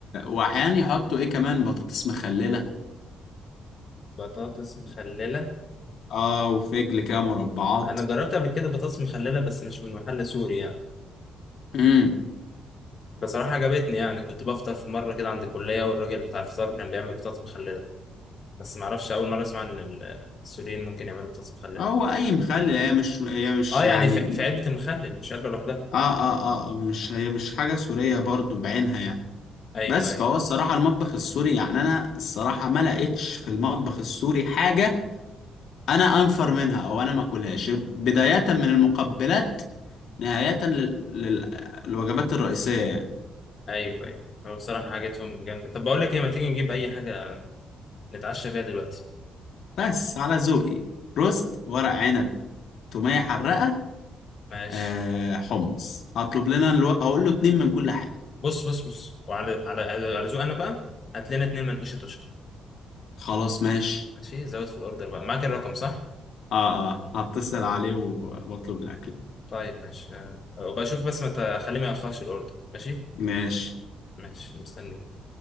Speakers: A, on the left; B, on the left.
A: واحيانا يحطوا ايه كمان بطاطس مخلله
B: بطاطس مخلله
A: اه وفجل كده مربعات
B: انا جربت قبل كده بطاطس مخلله بس مش من محل سوري يعني
A: امم
B: بصراحه عجبتني يعني كنت بفطر في مره كده عند الكليه والراجل بتاع الفطار كان بيعمل بطاطس مخلله بس ما اعرفش اول مره اسمع ان ال- السوريين ممكن يعملوا بطاطس مخلله
A: هو اي مخلل هي مش هي مش
B: اه يعني
A: يعني
B: في في علبه المخلل مش علبه لوحدها
A: اه اه اه آه، مش هي مش حاجه سوريه برضو بعينها يعني
B: ايوه
A: بس
B: ايوه
A: فهو الصراحه المطبخ السوري يعني انا الصراحه ما لقيتش في المطبخ السوري حاجه انا انفر منها او انا ما اكلهاش بداية من المقبلات نهاية لل... لل... الوجبات الرئيسية يعني
B: ايوه ايوه هو بصراحه حاجتهم جامده طب بقول لك ايه ما تيجي نجيب اي حاجه نتعشى بيها دلوقتي
A: بس على ذوقي روست ورق عنب تومية حرقة
B: ماشي
A: آه حمص هطلب لنا الو... هقول له اتنين من كل حاجة
B: بص بص بص وعلى على على على ذوق انا بقى هات لنا اتنين منقوشه تشكي
A: خلاص ماشي
B: ماشي زود في الاوردر بقى معاك الرقم صح
A: اه اه هتصل عليه و- واطلب الاكل
B: طيب ماشي آه، وبشوف بس ما تخليه ما ياخرش الاوردر ماشي
A: ماشي
B: ماشي مستنيك